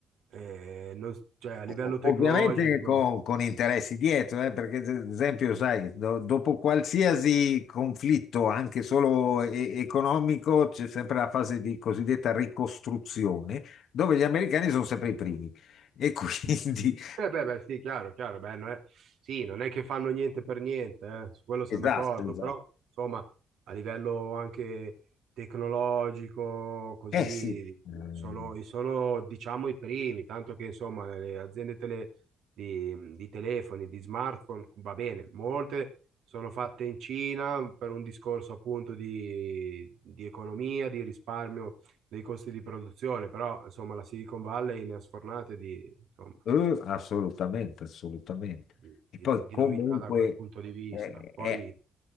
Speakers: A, on the right; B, on the left.
A: eh, non- cioè a livello
B: O-
A: tecnologico...
B: Ovviamente con, con interessi dietro, eh, perché ad esempio, sai, do- dopo qualsiasi conflitto, anche solo e- economico, c'è sempre la fase di cosiddetta ricostruzione, dove gli americani sono sempre i primi. E quindi,
A: Eh beh, beh, sì, chiaro, chiaro, beh, non è- sì, non è che fanno niente per niente, eh, su
B: <laughs>
A: quello siamo
B: esatto,
A: d'accordo,
B: esatto.
A: però insomma a livello anche tecnologico, così,
B: Eh sì, ehm,
A: sono, sono diciamo i primi, tanto che insomma le aziende tele- di, di telefoni, di smartphone, va bene, molte sono fatte in Cina per un discorso appunto di, di economia, di risparmio dei costi di produzione, però insomma la Silicon Valley ne ha sfornate di... insomma,
B: eh, assolutamente, assolutamente.
A: di,
B: E poi
A: di- di
B: comunque
A: novità da quel punto di vista.
B: eh, è
A: Poi,